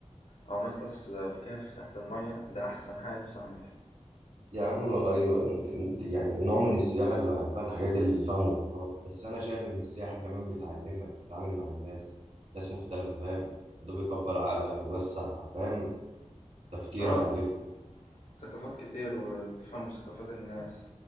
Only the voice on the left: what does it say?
او نغطس في كهف تحت المية ده احسن حاجة نفسي اعملها
اه
ثقافات كتير وتفهم ثقافات الناس